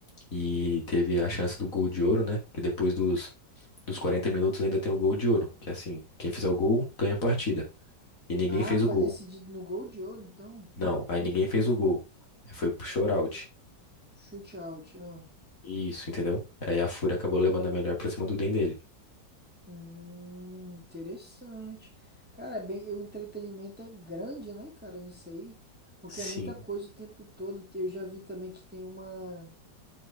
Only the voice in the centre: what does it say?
ah,
foi
decidido no gol de ouro, então.
Chute out. Ah.
Hum, interessante. Cara, é bem, o entretenimento é grande, né, cara, nisso aí. Porque
é muita coisa o tempo todo. Eu já vi também que tem uma.